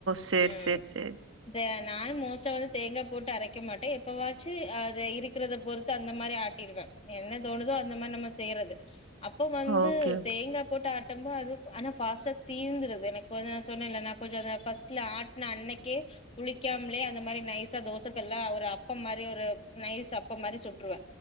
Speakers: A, on the right (about 70°); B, on the left (about 30°).
A: சேரி
B: ம்
A: சேரி சேரி
B: தே நானு மோஸ்ட்டா வந்து தேங்கா போட்டு அரைக்க மாட்டே எப்பவாச்சு அத இருக்கிறத பொறுத்து அந்த மாரி ஆட்டிருவே என்ன தோணுதோ அந்த மார் நம்ம செய்யறது அப்போ வந்து
A: ஓகே, ஓகே.
B: தேங்கா போட்டு ஆட் ரொம்ப அது ஆனா ஃபாஸ்ட்டா தீந்துருது எனக் வந்து நா சொன்னேல்ல நா கொஞ்ச அத ஃபஸ் ட்ல ஆட்ன அன்னைக்கே புளிக்காம்லே அந்த மாரி நைஸா தோசக்கல்ல ஒரு அப்போ மாரி ஒரு நைஸ் அப்போ மாரி சுட்ருவே